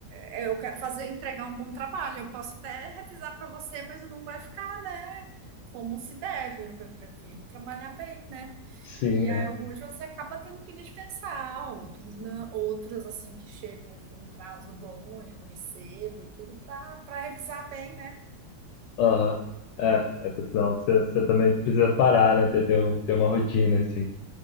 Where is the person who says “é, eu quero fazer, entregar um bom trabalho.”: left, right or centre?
Right